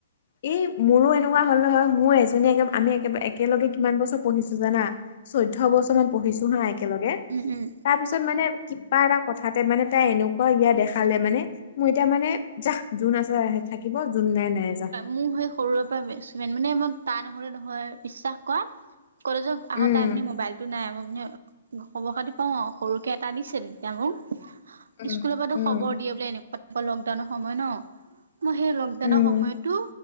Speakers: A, on the left; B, on the right.
A: এই মোৰো এনেকুৱা হ'ল নহয় মোৰ এজনী এক আমি একবাই একেলগে কিমান বছৰ পঢ়িছো জানা চৈধ্য বছৰ মান পঢ়িছো হা একেলগে
B: উম উম।
A: তাৰ পিছত মানে কিবা এটা কথাতে মানে তাই এনেকুৱা ইয়াত দেখালে মানে মই এতিয়া মানে যাহ যোন আছে আহে থাকিব যোন নাই নাই যা।
B: মো সেই সৰুৰে বেছমেন মানে মই তা নহলে নহয় বিশ্বাস কৱা কলেজত আহু
A: উম
B: তাই মানি মোবাইল টো নাই মই মানে খবৰ খাতি পাওঁ সৰুকে এটা দিছিল তেতিয়া মোক
A: উম
B: স্কুলৰ পা টো
A: উম
B: খবৰ দিয়ে বুলে এনেক ক'ত লকডাউনৰ সময় ন ম সে দানৰ
A: উম
B: সময়তো